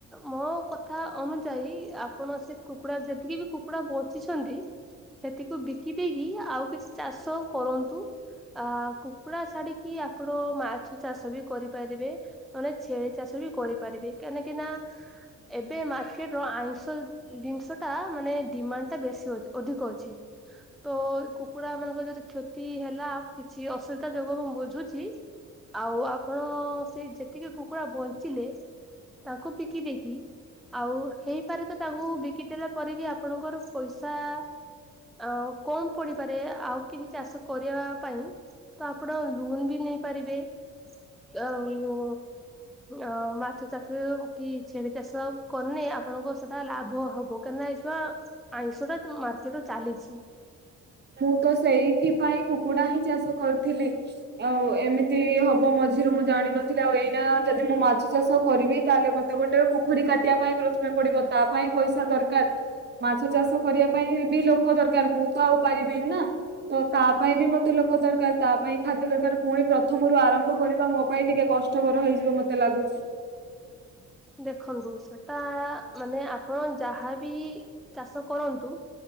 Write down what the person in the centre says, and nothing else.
ମୋ କଥା ଅନୁଯାୟୀ ଆପଣ ସେ କୁକୁଡା ଯେତିକି ବି କୁକୁଡା ବଞ୍ଚିଛନ୍ତି ସେଥିକୁ ବିକି ଦେଇକି ଆଉ କିଛି ଚାଷ କରନ୍ତୁ। ଅ କୁକୁଡା ଛାଡିକି ଆପଣ ମାଛ ଚାଷ ବି କରିପାରିବେ। ମାନେ ଛେଳି ଚାଷ ବି କରିପାରିବେ କାହିଁକି ନା ଏବେ ମାର୍କେଟ ର ଆଇଁଷ ଜିନିଷ ଟା ମାନେ ଡିମାଣ୍ଡ ଟା ବେଶୀ ଅ ଅଧିକ ଅଛି। ତ ଏ କୁକୁଡା ମାନଙ୍କର ଯଦି କ୍ଷତି ହେଲା କିଛି ଅସୁବିଧା ଯୋଗୁ ମୁଁ ବୁଝୁଛି ଆଉ ଆପଣ ସେଇ ଯେତିକି କୁକୁଡ଼ା ବଞ୍ଚିଲେ ତାଙ୍କୁ ବିକି ଦେଇକି। ଆଉ ହେଇପାରେ ତ ତାଙ୍କୁ ବିକିଦଲା ପରେ ବି ଆପଣଙ୍କର ପଇସା ଆ କମ ପଡିପାରେ ଆଉ କିଛି ଚାଷ କରିବା ପାଇଁ। ତ ଆପଣ ଲୋନ୍ ବି ନେଇପାରିବେ ଆଉ ଅ ମାଛ ଚାଷ, କି ଛେଳି ଚାଷ, କଲେ ଆପଣଙ୍କ ସେଟା ଲାଭ ହବ, କାହିଁନା ଏ ଛୁଆ ଆଇଁଷଟା ମାର୍କେଟ ଚାଲିଛି
ଦେଖନ୍ତୁ ସେଟା ମାନେ ଆପଣ ଯାହାବି ଚାଷ କରନ୍ତୁ।